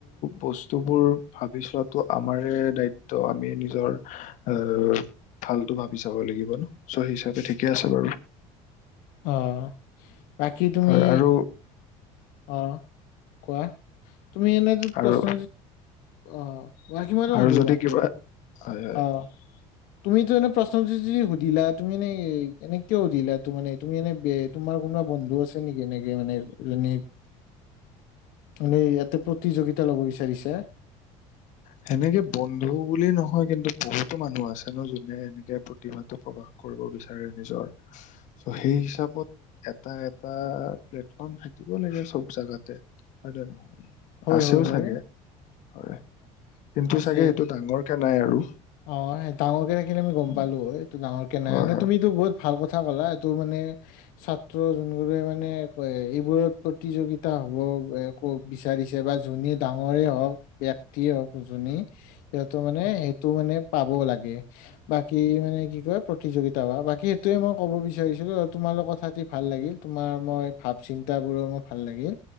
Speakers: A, on the left; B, on the left.
A: বস্তুবোৰ ভাবি চোৱটো আমাৰে দায়িত্ব আমি নিজৰ আহ ভালতো ভাবি চাব লাগিব ন চ সেই হিচাপে ঠিকে আছে বাৰু
B: অ বাকি তুমি
A: হয় আৰু
B: অ কোৱা তুমি এনে প্ৰশ্ন
A: আৰু
B: অ ব কিমান য
A: আৰু
B: ত
A: যদি
B: বা
A: কিবা হয় হয়
B: আহ তুমি ত এনে প্ৰশ্ন সুধিলাত তুমি নে এনে কিয় সুধিলা তো মানে তোমাৰ কোনোবা বন্ধু আছে নেকি এনেকে মানে ৰণীত মানে ইয়াতে প্ৰতিযোগিতা ল'ব বিচাৰিছে।
A: সেনেকে বন্ধু বুলি নহয় কিন্তু বহুতো মানুহ আছে ন যোনে এনেকে প্ৰতিভা। টো প্ৰকাশ কৰিব বিচাৰে নিজৰ। চ'সেই হিচাপত এটা, এটা প্লেটফৰ্ম থাকিব লাগে চব জাগাতে হয় নে নহয়।
B: হয়
A: আছেও
B: হয় হয়
A: চাগে। হয়, কিন্তু
B: আছে
A: চাগে সেইটো ডাঙৰ। কে নাই আৰু।
B: অ' ডাঙৰকে থাকিলে আমি গম
A: উম,
B: পালো হয় কিন্তু ডাঙৰ কে নাই
A: হয়
B: এনে
A: হয়
B: তুমিতো বহুত ভাল কথা কথা কলা, এইটো মানে ছাত্ৰ যোনবোৰে মানে এইবোৰত প্ৰতিযোগিতা হব ক বিচাৰিছে বা যোনে ডাঙৰে হওক ব্যক্তিয়ে হওক যোনে। এইতো
A: উম,
B: মানে মানে পাব লাগে, বাকী মানে কি কয় প্ৰতিযোগিতা বা বাকী সেইটোয়ে মই কব বিচাৰিছো তোমাৰ কথাতি ভাল লাগিল তোমাৰ মই ভাৱ চিন্তা বোৰো মোৰ ভাল লাগিল।